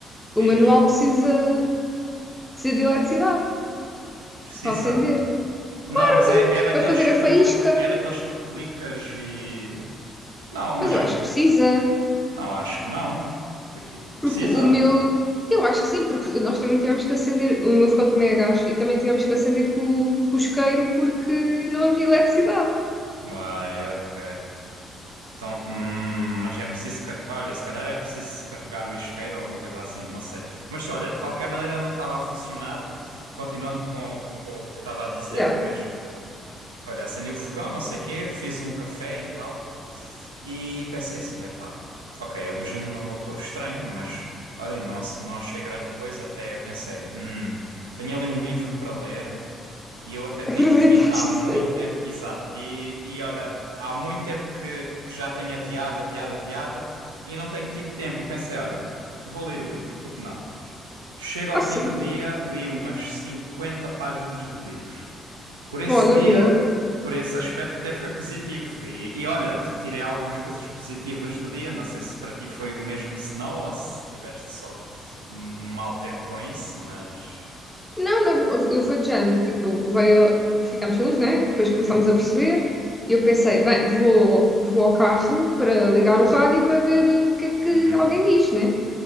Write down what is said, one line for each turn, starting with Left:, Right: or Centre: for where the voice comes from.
Right: Diz,
Centre: O manual
Right: diz.
Centre: precisa, precisa de eletricidade
Right: Precisa?
Centre: para acender. Claro,
Right: Não, mas
Centre: então,
Right: é, é daqueles
Centre: para fazer
Right: que
Centre: a faísca.
Right: tu. É daqueles que tu clicas e. Não, mas.
Centre: Mas eu
Right: é-
Centre: acho que precisa.
Right: Não, acho que não. Tem que-
Centre: Porque
Right: Precisa?
Centre: o meu. Eu acho que sim, porque nós também tivemos que acender. O meu fogão também é gás e também tivemos que acender com, com o isqueiro porque não havia eletricidade.
Right: Uai, ok. Então, hum, mas é preciso carregar. Olha, se calhar é preciso carregar o isqueiro ou uma coisa assim, não sei. Mas olha, de qualquer maneira não estava a funcionar. Continuando com, com o que estava a dizer,
Centre: Já, Yeah,
Right: mas olha, acendi o fogão, não sei o quê, fiz um café e tal. E pensei assim: epá, ok, a luz ainda não voltou. Estranho, mas olha, não, não achei grande coisa. Até eu pensei: hum, tenho ali um livro para ler. E eu até tenho
Centre: aproveitaste.
Right: vindo há muito tempo.
Centre: <laughs>
Right: Exato. E, e olha, há muito tempo que, que já tenho adiado, adiado, adiado e não tenho tido tempo. E pensei, olha, vou ler o livro, porque não? Chego
Centre: Ah,
Right: ao fim
Centre: sim.
Right: do dia, li umas 50 páginas do livro. Por esse
Centre: Olha,
Right: dia,
Centre: boa.
Right: por esse aspecto, até foi positivo. E, e olha, te tirei algumas coisas positivas do dia. Não sei se para ti foi o mesmo, se não, ou se tiveste só um mau tempo com isso, mas.
Centre: Não, não, eu fui de género, tipo, veio, ficámos sem luz, né? Depois
Right: Uhum,
Centre: começámos a perceber e eu pensei, bem, vou, vou ao carro para ligar o rádio para ver eh, o que é que
Right: uhum.
Centre: alguém diz, né?